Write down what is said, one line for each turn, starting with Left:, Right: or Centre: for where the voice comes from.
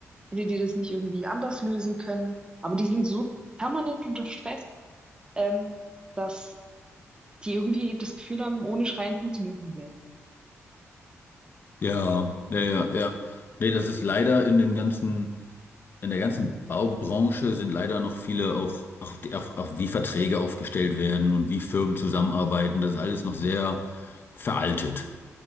Right: hätte die das nicht irgendwie anders lösen können? Aber die sind so permanent unter Stress, ähm, dass die irgendwie das Gefühl haben, ohne Schreien funktioniert es nicht mehr.
Left: Ja. Ja, ja, ja. Nee, das ist leider in den ganzen in der ganzen Baubranche sind leider noch viele auch, auch, die- auch, auch wie Verträge aufgestellt werden und wie Firmen zusammenarbeiten. Das ist alles noch sehr veraltet.